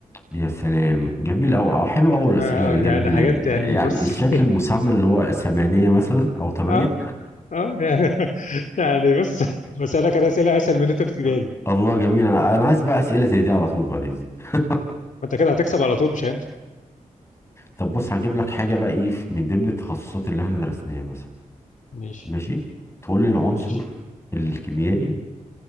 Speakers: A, on the left (about 20°); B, on the left (about 65°).
A: يا سلام جميل أوي أو حلو أوي
B: يعني
A: الأسئلة
B: بقى
A: الجميلة
B: آه، يعني حاجات
A: دي
B: يعني
A: يعني
B: بص
A: الشكل
B: <laughs>
A: المسمن اللي هو ثمانية مثلا أو ثمانية
B: اه اه يعني <laughs> يعني بص بسألك أنا أسئلة أسهل من اللي أنت بتجيبها
A: <laughs>
B: لي
A: الله جميل أنا أنا عايز بقى أسئلة زي دي على طول بعد إذنك
B: وأنت كده هتكسب على طول مش أنت
A: طب بص هجيب لك حاجة بقى إيه في- من ضمن التخصصات اللي إحنا درسناها مثلا
B: ماشي
A: ماشي تقول لي العنصر
B: ماشي
A: الكيميائي